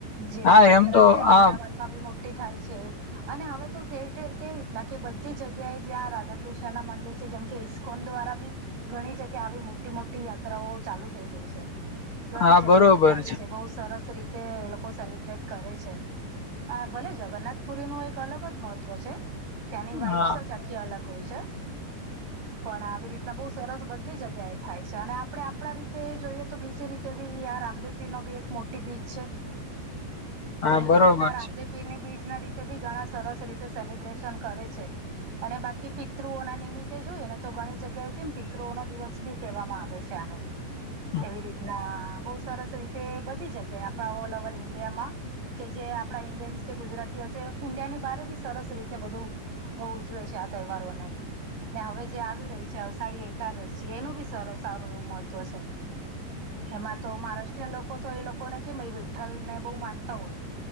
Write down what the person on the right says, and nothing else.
જેવી
જ યાત્રા
છે એમ અમદાવાદમાં
બી મોટી. થાય છે અને હવે ત ઠેર ઠેર. કેવી રીતના કે બધી જગ્યાએ જ્યાં રાધા કૃષ્ણ ના મંદિર છે જેમ કે ઈસ્કોન દ્વારા બી. ઘણી જગ્યા આવી મોટી મોટી યાત્રાઓ ચાલુ થઈ ગઈ છે. ઘણી
જગ્યા
એ થાય છે બહુ સરસ રીતે એ લોકો સેલિબ્રેટ કરે છે. હ ભલે જગન્નાથ પુરી નું એક અલગ જ મહત્વ છે. ત્યાંની વાઈપ્સ
જ આખી અલગ હોય છે.
પણ આવી રીતના બહુ સરસ બધી જગ્યાએ થાય છે અને આપડણે આપણા રીતે જોઈએ તો બીજી રીતે. ભી રામદેવી નો બી એક મોટી બીચ છે.
તો એવી
રીતના રામદેવ
પીરની બીજ ના રીતે બી ઘણા સરસ રીતે સેલિબ્રેશન કરે છે. અને બાકી પિતૃઓ ના નિમિત્તે જોઈએ ને તો ઘણી જગ્યાએ કેમ પિતૃઓ નો દિવસ બી કહેવામાં આવે છે આને.
એવી રીતના બહુ સરસ રીતે બધી જગ્યાએ આપણા ઓલ ઓવર ઇન્ડિયામાં. કે જે આપડા ઈન્ડિયન્સ કે ગુજરાતી હશે ઈન્ડિયા ની બારે બી સરસ રીતે. તે બધું ઉજવે છે આ તહેવારોને. ને હવે જે આવી રહી છે અષાઢી એકાદશી એનું બી સારું એવું મહત્વ છે. એમાં તો મહારાષ્ટ્રીયન લોકો તો એ લોકોને કેમ એ વિઠ્ઠલ ને બહુ માનતા હોય.